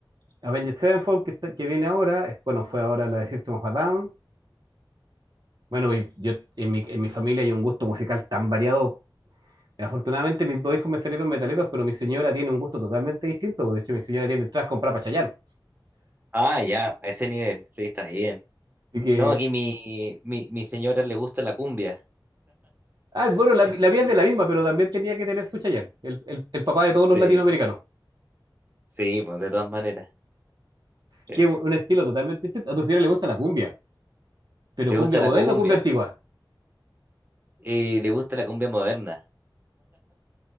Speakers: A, on the right; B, on the right.
A: Avenged Sevenfold, que, está- que viene ahora. es- Bueno, fue ahora la de System of a Down. Bueno, y yo en mi, en mi familia hay un gusto musical tan variado. Afortunadamente mis dos hijos me salieron metaleros, pero mi señora tiene un gusto totalmente distinto. De hecho, mi señora tiene entradas compradas para Chayanne.
B: Ah, ya, a ese nivel, sí, está bien.
A: Así que,
B: No, aquí mi, mi, mi señora le gusta la cumbia.
A: ah, bueno, la, la
B: Le
A: mía
B: gu-
A: es de la misma, pero también tenía que tener su Chayanne, el, el, el papá de todos los
B: de-
A: latinoamericanos,
B: sí, pues de todas maneras. <laughs>
A: que es un, un estilo totalmente distinto. A tu señora le gusta la cumbia, pero
B: Le
A: cumbia
B: gusta la
A: moderna
B: cumbia.
A: o cumbia antigua.
B: Y le gusta la cumbia moderna.